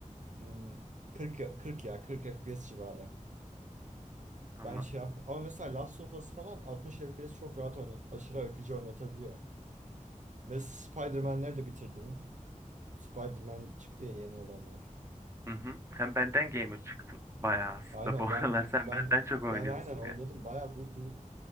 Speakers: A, on the right (about 65°); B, on the right (about 20°).
A: hmm, 40, ya- 40 ya 40 FPS civarı.
B: Anladım.
A: Ben şey yap ama mesela Last of Us falan 60 FPS çok rahat oynat aşırı akıcı oynatabiliyor. Ve Spider-Man'leri de bitirdim. Spider-Man çıktı ya yeni olanlar.
B: Hı hı. Sen benden gamer çıktın bayağı aslında.
A: Aynen
B: Bu <laughs>
A: ben
B: aralar sen
A: ben
B: benden çok
A: ben
B: oynuyorsun
A: aynen oynadım.
B: ya.
A: Bayağı bu bu